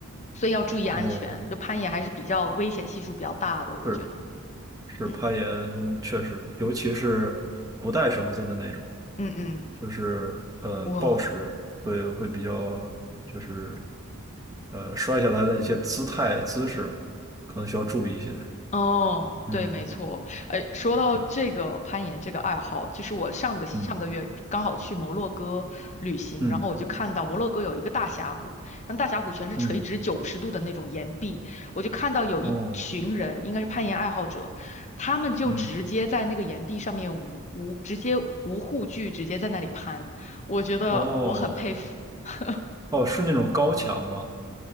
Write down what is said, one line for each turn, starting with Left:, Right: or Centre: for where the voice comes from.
Left: 所以要注意安全。
Right: 哦，
Left: 就攀岩还是比较危险系数比较大的，我觉得，
Right: 是是攀岩确实，
Left: 嗯
Right: 尤其是不带绳子的那种，
Left: 嗯嗯，
Right: 就是呃暴食会会比较就是
Left: 哇。
Right: 呃摔下来的一些姿态姿势可能需要注意一些，
Left: 哦，
Right: 嗯。
Left: 对，没错。哎，说到这个攀岩这个爱好，
Right: 对，
Left: 就是我上个上个月刚好去摩洛哥旅行，
Right: 嗯嗯
Left: 然后我就看到摩洛哥有一个大峡谷，那大峡谷全是垂直九十度的那种岩壁，
Right: 嗯，
Left: 我就看到有一群人，
Right: 哦，
Left: 应该是攀岩爱好者，他们就直接在那个岩壁上面无无直接无护具，
Right: 嗯
Left: 直接在那里攀，我觉得我很佩服。
Right: 哦
Left: <laughs>
Right: 哦，是那种高墙吗？